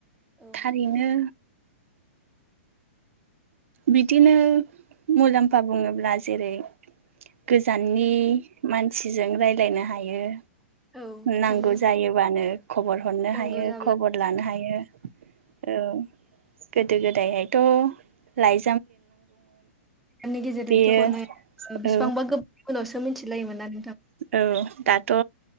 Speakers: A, in the centre; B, on the right (about 75°).
A: औ नोंथां
B: थारैनो बिदिनो मुलाम्फा बुङोब्ला जेरै गोजाननि मानसिजों रायलायनो हायो
A: औ नोंथां
B: नांगौ
A: औ
B: जायोबानो खबर हरनो
A: नांगौ
B: हायो
A: जाब्ला
B: खबर लानो हायो औ गोदो गोदायहायथ' लाइ
A: नि गेजेरजोंसो
B: बेयो
A: हरनो बेसेबांबा
B: औ
A: गोबां उनावसो मिथिलायोमोन आरो
B: औ दाथ'